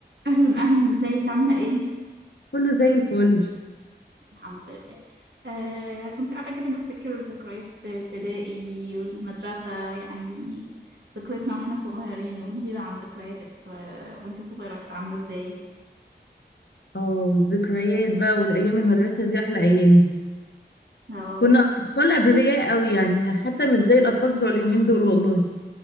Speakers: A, on the right; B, on the left.
A: أهلا أهلا ازيك عاملة ايه؟
B: كله زي الفل
A: الحمد لله آه كنت قاعدة كده بفتكر ذكريات ابتدائي والمدرسة يعني ذكرياتنا واحنا صغيرين قولي لي عن ذكرياتك و- وانتي صغيرة كانت عاملة ازاي؟
B: اه الذكريات بقى والايام المدرسه دي احلى ايام
A: اه
B: كنا اطفال ابرياء قوي يعني حتى مش زي الاطفال بتوع اليومين دول والله